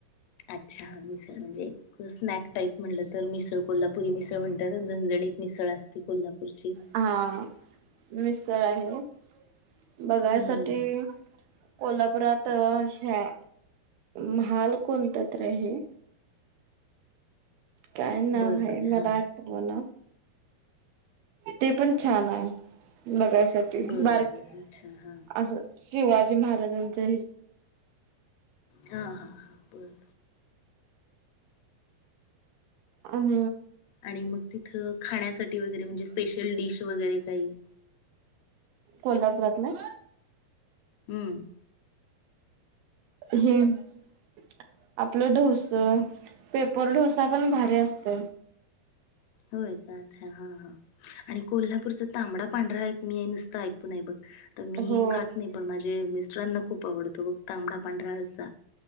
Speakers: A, on the left (about 80°); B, on the right (about 75°).
A: अच्छा म्हणजे स्नॅक टाईप म्हटलं तर मिसळ कोल्हापुरी मिसळ म्हणतातच झणझणीत मिसळ असती कोल्हापूरची
B: हा मिसळ आहे. बघायसाठी
A: हम्म
B: कोल्हापुरात अशा महाल कोणत तर आहे काय नाव
A: बरं
B: आहे
A: बरं
B: मला
A: हां
B: आठवणा ते पण छान आहे बघायसाठी
A: बरं
B: बारक
A: बरं अच्छा हां
B: असं शिवाजी महाराजांचा
A: हा हा हा बरर
B: हम्
A: आणि मग तिथं खाण्यासाठी वगैरे म्हणजे स्पेशल डिश वगैरे काही
B: कोल्हापुरातलं
A: हम्म.
B: हम्म आपलं ढोस पेपर ढोसा पण भारी असत
A: होय का अच्छा हा हा आणि कोल्हापूरचा तांबडा पांढरा एक मी आहे नुसतं ऐकून आहे बघ तर मी
B: हो
A: खात नाही पण माझे मिस्टरांना खूप आवडतो बघ तांबडा पांढरा रस्सा